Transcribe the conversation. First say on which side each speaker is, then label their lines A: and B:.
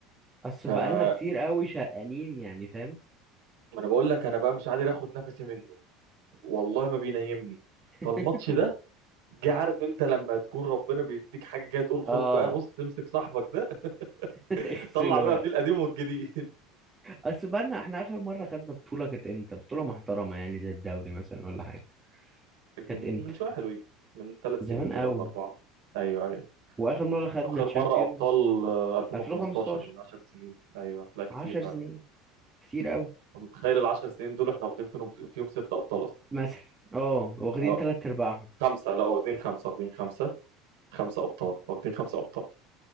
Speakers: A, on the right; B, on the right.
A: اصل
B: ف
A: بقالنا
B: ما
A: كتير قوي شرقانين يعني فاهم
B: انا بقول لك انا بقى مش قادر اخد نفسي منه والله ما بينيمني
A: <laughs>
B: فالماتش ده جه عارف انت لما تكون ربنا بيديك حاجه كده تقول خد
A: اه
B: بقى بص امسك صاحبك ده
A: اغسله
B: <laughs> طلع بقى
A: يعني
B: فيه القديم والجديد
A: اصل بقالنا احنا اخر مره خدنا بطوله كانت امتى بطوله محترمه يعني زي الدوري مثلا ولا حاجه كانت
B: من
A: امتى
B: من شويه حلوين من ثلاث سنين
A: زمان
B: كده
A: قوي
B: ولا اربعه ايوه ايوه
A: واخر مره خدنا
B: اخر
A: تشامبيونز
B: مره ابطال آه، 2015
A: 2015
B: من 10 سنين ايوه لا كتير
A: 10 سنين
B: فعلا
A: كتير قوي
B: أنت متخيل ال 10 سنين دول احنا واخدين فيهم فيهم ست ابطال اصلا
A: مثلا اه واخدين
B: اه
A: تلات ارباعهم
B: خمسه لا واخدين خمسه واخدين خمسه خمسه ابطال واخدين خمسه ابطال